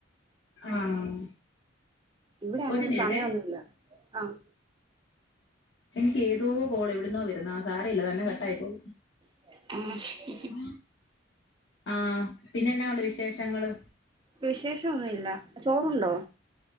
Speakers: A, on the left; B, on the right.
A: ആഹ്
B: ഇവിടെ അങ്ങനെ
A: ഒരു മിനിട്ടേ
B: സമയമൊന്നുമില്ല ആഹ്
A: എനിക്ക് ഏതോ കോള് എവിട്ന്നോ വരുന്ന ആ സാരയില്ല തന്നെ കട്ടായി പോയി
B: ആഹ്
A: മ ആഹ് പിന്നെ എന്നാ ഒണ്ട് വിശേഷങ്ങള്
B: വിശേഷം ഒന്നു ഇല്ല ചോറുണ്ടോ